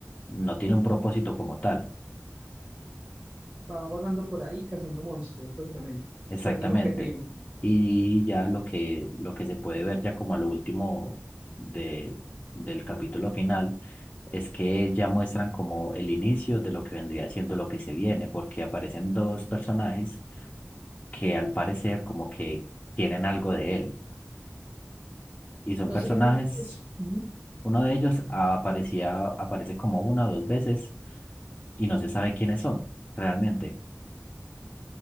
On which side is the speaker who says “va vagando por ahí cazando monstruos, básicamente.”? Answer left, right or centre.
Right